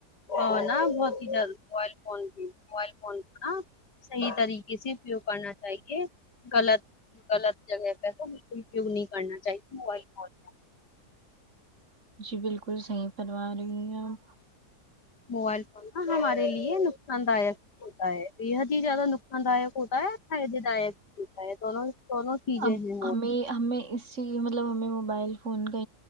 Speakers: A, on the left (about 85°); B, on the right (about 45°).
A: ھو نا بہت ہی جلد موبائل فون کی موبائل فون کو نا صحیح طریقے سے اپیوگ کرنا چاہیے غلط غلط جگہ پہ تو بلکل اپیوگ نہیں کرنا چاہیے موبائل فون
B: جی بالکل صحیح فرما رہی ہیں آپ
A: موبائل فون نا ہمارے لیے نقصان دائک ہوتا ہے بےحد ہی زیادہ نقصان دائک ہوتا ہے فائدے دائک ہوتا ہے دونوں دونوں چیزیں
B: اب
A: ہیں
B: ہمیں
A: وہ
B: ہمیں اس اسی لیے مطلب ہمیں موبائل فون کا